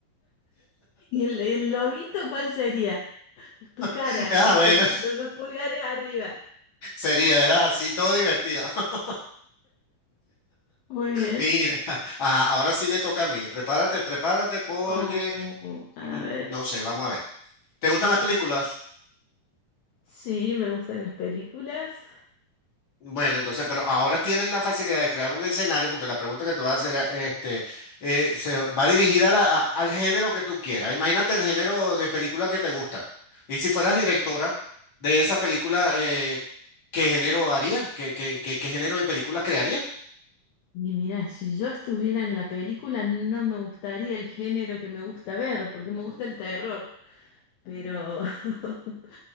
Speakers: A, on the left (about 80°); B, on the left (about 45°).
A: ¿Y el, el loguito cuál sería? Tu cara,
B: <laughs> Ah,
A: así,
B: bueno,
A: con, con los pulgares arriba.
B: sería, ¿verdad? Así todo divertido. <laughs>
A: Muy bien.
B: Mira, ajá, ahora sí me toca a mí. Prepárate, prepárate porque,
A: Oh, a
B: mm,
A: ver,
B: no sé, vamos a ver. ¿Te gustan las películas?
A: sí, me gustan las películas.
B: Bueno, entonces, pero ahora tienes la facilidad de crear un escenario, porque la pregunta que te voy a hacer, eh, este, eh, se va dirigida a la- a- al género que tú quieras. Imagínate el género de película que te gusta. Y si fueras directora de esa película, eh, ¿qué género harías? ¿Qué, qué, qué, qué género de películas crearías?
A: Y mirá, si yo estuviera en la película, no me gustaría el género que me gusta ver, porque me gusta el terror. Pero <laughs>